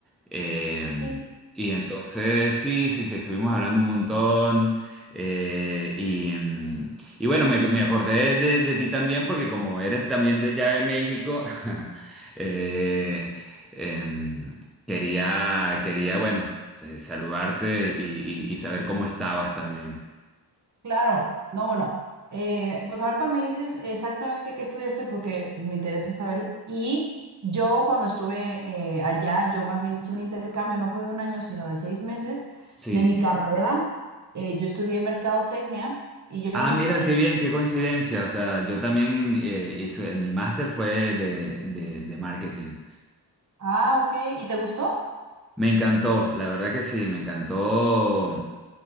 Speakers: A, in the centre; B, on the right (about 45°).
A: Eh,
B: Sí.
A: y entonces, sí, sí, sí, estuvimos hablando un montón. eh, y, mm, y bueno, me, me acordé de, de ti también porque como eres también de allá de México, <laughs> eh, em, Quería, quería, bueno, te- saludarte y, y- y saber cómo estabas también.
B: Claro, no, bueno, eh, pues ahorita me dices exactamente qué estudiaste porque me interesa saber. Y yo cuando estuve eh, allá, yo más bien hice un intercambio, no fue de un año, sino de seis meses
A: Sí.
B: de mi carrera. Eh, yo estudié mercadotecnia y yo
A: Ah,
B: me
A: mira,
B: fui,
A: qué bien, qué coincidencia. O sea, yo también eh, hice, mi máster fue de, de, de marketing.
B: ah, ok, ¿y te gustó?
A: Me encantó, la verdad que sí, me encantó